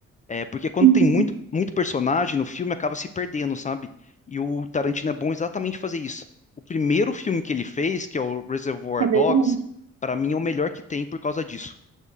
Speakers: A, on the left (about 25°); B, on the right (about 65°).
A: É, porque quando
B: Uhum.
A: tem muito, muito personagem no filme, acaba se perdendo, sabe? E o Tarantino é bom exatamente fazer isso. O primeiro filme que ele fez, que é o Reservoir
B: é
A: Dogs,
B: verdade.
A: para mim é o melhor que tem por causa disso.